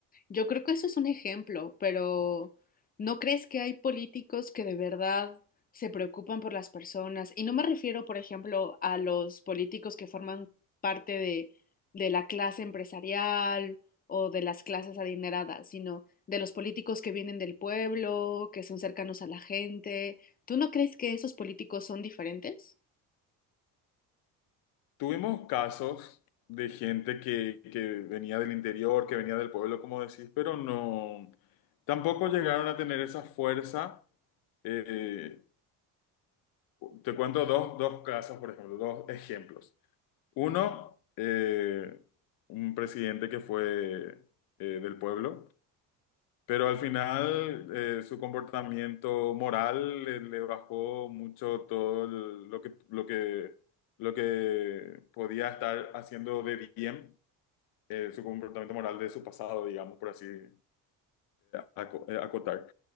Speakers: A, on the left; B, on the left.
A: yo creo que eso es un ejemplo, pero ¿no crees que hay políticos que de verdad se preocupan por las personas? Y no me refiero, por ejemplo, a los políticos que forman parte de, de la clase empresarial o de las clases adineradas, sino de los políticos que vienen del pueblo, que son cercanos a la gente. ¿Tú no crees que esos políticos son diferentes?
B: Tuvimos casos de gente que, que venía del interior, que venía del pueblo, como decís, pero no, tampoco llegaron a tener esa fuerza. Eh, te cuento dos, dos casos, por ejemplo, dos ejemplos. Uno, eh, un presidente que fue eh, del pueblo pero al final eh, su comportamiento moral le, le bajó mucho todo el- lo que, lo que, lo que podía estar haciendo de bien, eh, su comportamiento moral de su pasado, digamos, por así eh, aco- eh, acotar.